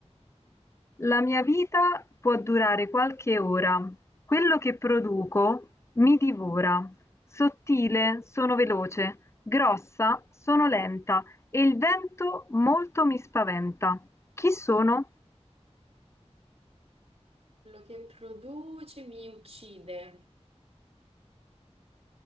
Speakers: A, on the left; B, on the right.
A: La mia vita può durare qualche ora, quello che produco mi divora, sottile sono veloce, grossa sono lenta e il vento molto mi spaventa. Chi sono?
B: Quello che produce mi uccide.